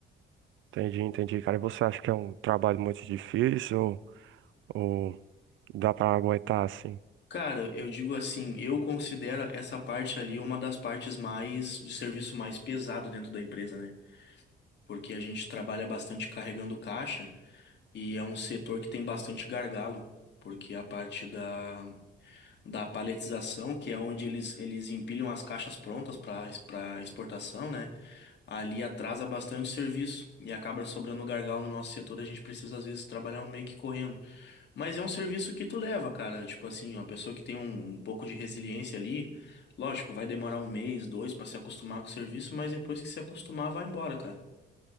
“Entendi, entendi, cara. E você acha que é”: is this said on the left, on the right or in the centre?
Right